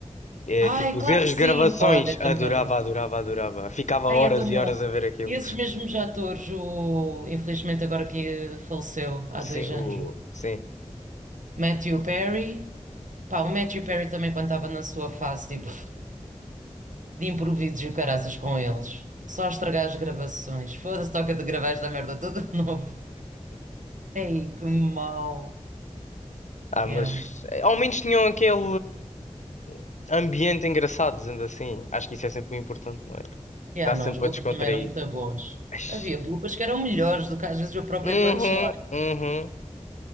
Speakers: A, on the left; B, on the right.
A: É,
B: Ai,
A: tipo, os
B: claro
A: erros
B: que sim!
A: de gravações.
B: Olha, também.
A: Adorava, adorava, adorava. Ficava
B: Ai,
A: horas
B: é tão
A: e
B: bom.
A: horas a ver aquilo.
B: E esses mesmos atores, o... infelizmente agora que faleceu há dois
A: Sim, o...
B: anos, o
A: Sim.
B: Matthew Perry. Pá, o Matthew Perry também quando estava na sua fase, tipo, de improvisos e o caraças com eles. Só estragar as gravações. Foda-se, toca de gravar esta merda toda de novo. <laughs> Ei, que mau.
A: Ah,
B: Yeah.
A: mas eh, ao menos tinham aquele eh, ambiente engraçado, dizendo assim. Acho que isso é sempre muito importante, não é?
B: Yeah,
A: Dá sempre
B: não, os
A: para
B: bloopers
A: descontrair.
B: também eram muito bons.
A: Mas-
B: Havia bloopers que eram melhores do que às vezes o próprio
A: Uhum,
B: punchline.
A: uhum.